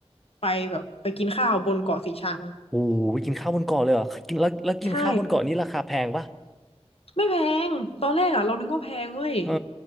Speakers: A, on the left; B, in the centre.
A: ไปแบบไปกินข้าวบนเกาะสีชัง
B: โอ้ไปกินข้าวบนเกาะเลยเหรอกินแล้วแล้วกินข้าวบนเกาะนี้ราคาแพงปะ
A: ใช่ไม่แพงตอนแรกอ่ะเรานึกว่าแพงเว้ย
B: เออ